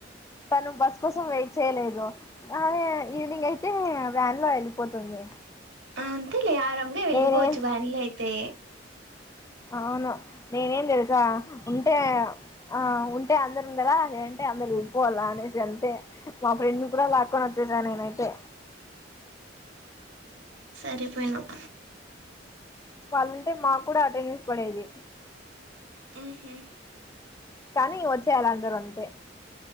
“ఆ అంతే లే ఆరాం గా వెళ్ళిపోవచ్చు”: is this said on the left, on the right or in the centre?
Right